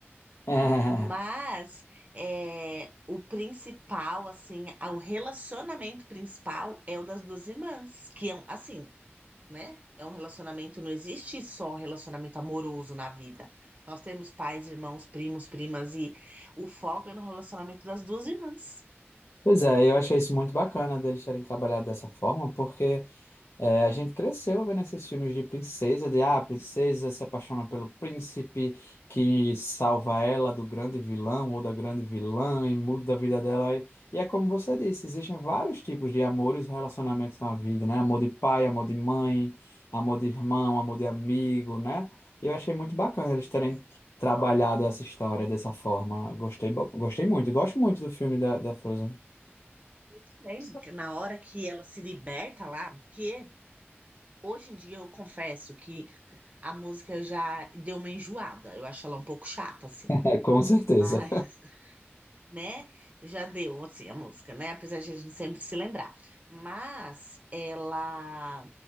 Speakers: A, on the left; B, on the right.
A: É,
B: mas é, o principal, assim, a- o relacionamento principal é o das duas irmãs, que é, um- assim, né? É um relacionamento, não existe só relacionamento amoroso na vida. Nós temos pais, irmãos, primos, primas, e o foco é no relacionamento das duas irmãs.
A: pois é, eu achei isso muito bacana deles terem trabalhado dessa forma, porque É, a gente cresceu vendo esses filmes de princesa, de ah, a princesa se apaixona pelo príncipe que salva ela do grande vilão ou da grande vilã e muda a vida dela. E, e é como você disse, existem vários tipos de amores e relacionamentos na vida, né? Amor de pai, amor de mãe, amor de irmão, amor de amigo, né? E eu achei muito bacana
B: E
A: eles terem trabalhado essa história dessa forma. Gostei, bo- gostei muito, gosto muito do filme da, da Frozen.
B: muito bem,
A: <laughs>
B: na hora que ela se liberta lá, que hoje em dia eu confesso que a música já deu uma enjoada, eu acho ela um pouco chata, assim,
A: É, com certeza.
B: mas, <laughs> né? Já deu, assim, a música, né? Apesar de a gente sempre se lembrar. Mas ela